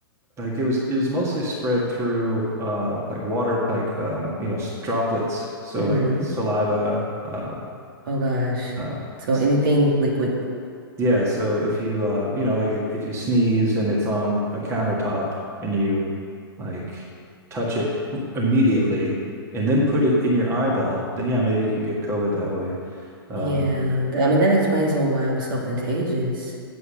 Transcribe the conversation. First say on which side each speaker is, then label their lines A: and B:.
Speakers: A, on the right; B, on the right.
A: like it was. It was mostly spread through uh, like water, like um, you know, s- droplets. So
B: hmm
A: like saliva, uh,
B: Oh gosh.
A: um,
B: So
A: s-
B: anything liquid.
A: Yeah, so if you uh you know like if, if you sneeze and it's on a countertop and you like touch it immediately and then put it in your eyeball, then yeah, maybe you can get COVID that way. Um
B: Yeah, th- I mean, that explains on why it was so contagious.